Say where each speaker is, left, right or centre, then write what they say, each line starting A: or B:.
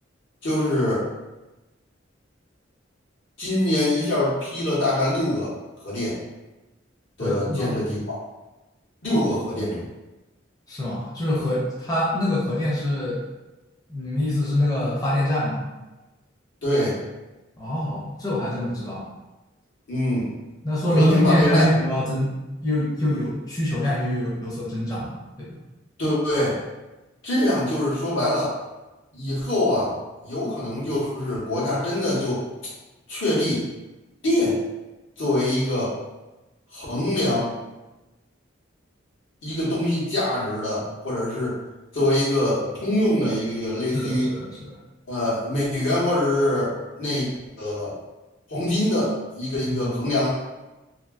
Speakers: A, on the left; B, on the left.
A: 就是今年一下儿批了大概六个核电的建设计划，
B: 核电吗？
A: 六个核电厂。
B: 哦，是吗？就是核，它那个核电是，你的意思是那个发电站吗？
A: 对，
B: 哦，这我还真不知道。
A: 嗯，
B: 那说明用电量又有要增，
A: 核能发电站，
B: 又又有需求量又有有所增长嘛，对吧？
A: 对不对，这样就是说白了，以后啊，有可能就是国家真的就确立电作为一个衡量一个东西价值的，或者是作为一个通用的一个一个类似于
B: 是的，是的，是的，
A: 呃美元或者是那个黄金的一个一个衡量
B: 嗯，